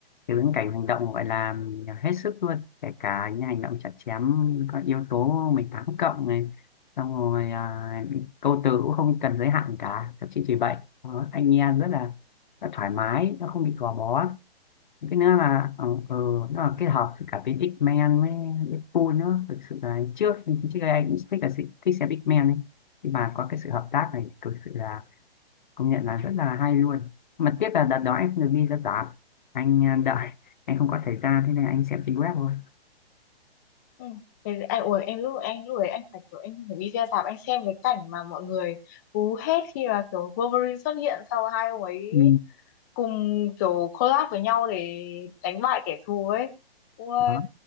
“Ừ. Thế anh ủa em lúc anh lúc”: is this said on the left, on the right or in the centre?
Left